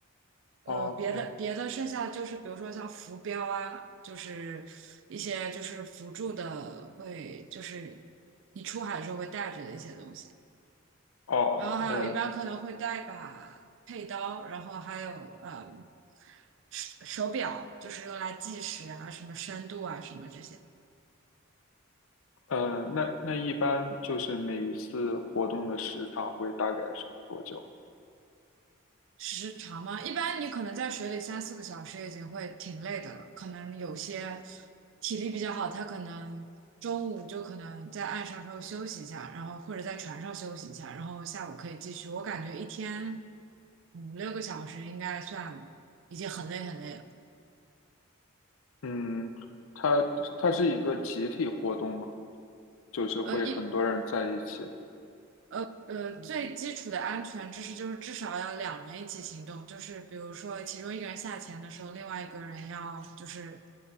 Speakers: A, on the right (about 60°); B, on the left (about 75°).
A: 呃别的别的剩下的就是比如说像浮标啊，
B: 哦，没，
A: 就是一些就是辅助的会就是你出海的时候会带着的一些东西。
B: 哦，
A: 然后还有一般可能会带一把佩刀，
B: 呃，
A: 然后还有呃手手表，就是用来计时啊、什么深度啊、什么这些
B: 呃，那那一般就是每一次活动的时长会大概是多久？
A: 时长嘛。一般你可能在水里三四个小时已经会挺累的了，可能有些体力比较好，他可能中午就可能在岸上稍微休息一下，然后或者在船上休息一下，然后下午可以继续。我感觉一天五六个小时应该算已经很累很累了。
B: 嗯，它它是一个集体活动吗？就是会很多人在一起。
A: 呃，一呃呃，最基础的安全知识就是至少要两人一起行动，就是比如说其中一个人下潜的时候，另外一个人要就是